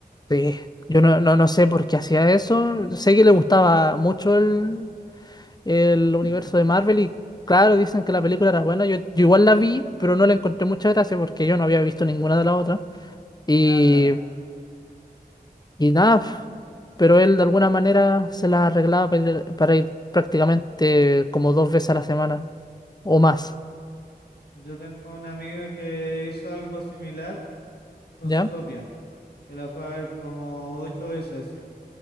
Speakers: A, on the left (about 25°); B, on the left (about 80°).
A: Sí, yo no, no, no sé por qué hacía eso, sé que le gustaba mucho el, el
B: <laughs>
A: universo de Marvel y claro, dicen que la película era buena. Yo, yo igual la vi, pero no la encontré mucha gracia porque yo no había visto ninguna de las otras. Y,
B: Ah, claro.
A: y nada, pf, pero él de alguna manera se la arreglaba para ir, para ir prácticamente como dos veces a la semana o más,
B: Yo tengo un amigo que hizo algo similar con
A: ¿ya?
B: su que la fue a ver como ocho veces al cine,